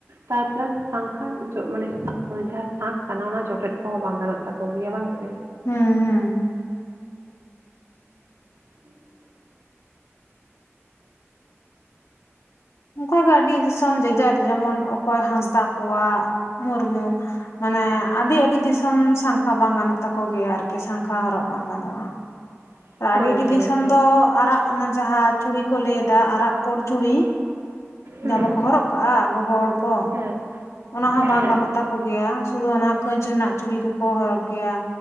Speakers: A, on the right; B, on the left.
A: ᱛᱟᱨᱯᱞᱟᱥ ᱥᱟᱸᱝᱠᱷᱟ ᱡᱚᱜ ᱢᱟᱱᱮ <unintelligible> ᱡᱟᱦᱟᱸ ᱥᱟᱸᱠ ᱠᱟᱱᱟ ᱚᱱᱟ ᱡᱚᱴᱮᱫ ᱠᱚᱦᱚᱸ ᱵᱟᱝ ᱜᱟᱱᱚᱜ ᱛᱟᱠᱚ ᱜᱮᱭᱟ ᱵᱟᱝ ᱥᱮ
B: ᱦᱮᱸ ᱦᱮᱸ
A: <inaudible>
B: ᱚᱱᱠᱟ ᱜᱮ ᱟᱹᱰᱤ ᱫᱤᱥᱚᱢ ᱡᱮᱡᱟᱨ ᱡᱮᱢᱚᱱ ᱚᱠᱚᱭ ᱦᱟᱸᱥᱫᱟ ᱠᱚᱣᱟᱜ ᱢᱩᱨᱢᱩ ᱢᱟᱱᱮ ᱟᱹᱰᱤ ᱟᱹᱰᱤ ᱫᱤᱥᱚᱢ ᱥᱟᱸᱝᱠᱷᱟ ᱵᱟᱝ ᱜᱟᱱᱚᱜ ᱛᱟᱠᱚ ᱜᱮᱭᱟ ᱟᱨᱠᱤ ᱥᱟᱸᱝᱠᱷᱟ ᱦᱚᱨᱚᱜ ᱵᱟᱝ ᱜᱟᱱᱚᱜᱼᱟ
A: <inaudible>
B: ᱟᱹᱰᱤ ᱟᱹᱰᱤ
A: ᱦᱳᱭ
B: ᱫᱤᱥᱚᱢ
A: ᱦᱳᱭ
B: ᱫᱚ ᱟᱨᱟᱜ ᱚᱱᱟ ᱡᱟᱦᱟᱸ ᱪᱩᱲᱤ ᱠᱚ ᱞᱟᱹᱭ ᱮᱫᱟ ᱟᱨᱟᱜ ᱯᱩᱸᱰ ᱪᱩᱲᱤ
A: ᱦᱩᱸ
B: ᱡᱟᱦᱟᱸ ᱵᱟᱠᱚ ᱦᱚᱨᱚᱜ ᱠᱟᱜᱼᱟ ᱜᱚᱜᱚ ᱦᱚᱲ ᱠᱚ
A: ᱦᱮᱸ
B: ᱚᱱᱟ ᱦᱚᱸ
A: ᱦᱮᱸ
B: ᱵᱟᱝ ᱜᱟᱱᱚᱜ ᱛᱟᱠᱚ ᱜᱮᱭᱟ ᱥᱩᱫᱷᱩ ᱚᱱᱟ ᱠᱟᱹᱪ ᱨᱮᱱᱟᱜ ᱪᱩᱲᱤ ᱠᱚᱠᱚ ᱦᱚᱨᱚᱜᱽ ᱜᱮᱭᱟ